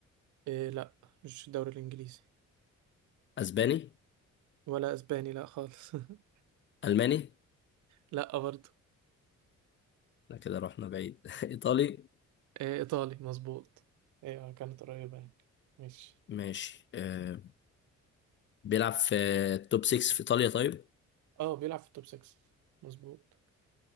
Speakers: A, on the right; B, on the left.
A: آه لا مش الدوري الانجليزي
B: اسباني
A: ولا اسباني لا خالص <laughs>
B: الماني
A: لا برضه
B: لا كده رحنا بعيد <laughs> ايطالي
A: آه ايطالي مظبوط ايوه كانت قريبة يعني ماشي
B: ماشي آه بيلعب في التوب 6 في ايطاليا طيب
A: اه بيلعب في التوب 6 مظبوط